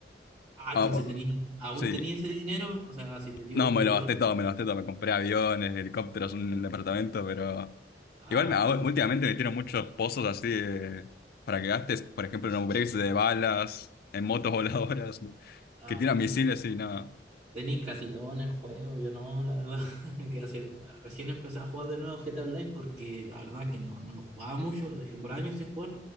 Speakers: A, on the right (about 40°); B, on the left (about 60°).
A: Ah,
B: ah,
A: entonces
B: oh,
A: tenía, aún
B: sí,
A: tenía ese dinero, o sea, si te dio
B: no,
A: un
B: me
A: billón,
B: lo gasté todo, me lo gasté todo, me compré aviones, helicópteros, un departamento, pero...
A: ah,
B: Igual me, ahora-
A: entonces,
B: últimamente metieron muchos pozos así de- para que gastes, por ejemplo, en upgrades de balas, en motos <laughs> voladoras, ¿no?
A: ah,
B: que tiran
A: entonces,
B: misiles y nada.
A: Tenéis casi todo en el juego, yo no, la verdad, <laughs> que hace, recién empecé a jugar de nuevo GTA Online porque la verdad que no, no lo jugaba mucho, lo dejé por años sin jugar,